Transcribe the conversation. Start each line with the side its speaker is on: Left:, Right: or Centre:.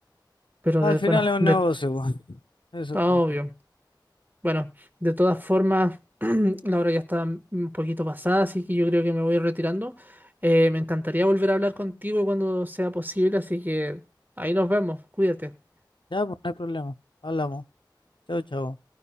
Right: Pero
Left: Al
Right: de-
Left: final
Right: bueno,
Left: es un
Right: de,
Left: negocio, pues, <laughs> Eso
Right: ah,
Left: es como
Right: obvio.
Left: todo.
Right: Bueno, de todas formas, <clears throat> la hora ya está un poquito pasada, así que yo creo que me voy retirando. Eh, me encantaría volver a hablar contigo cuando sea posible, así que ahí nos vemos. Cuídate.
Left: Ya, pues no hay problema. Hablamos. Chao, chao.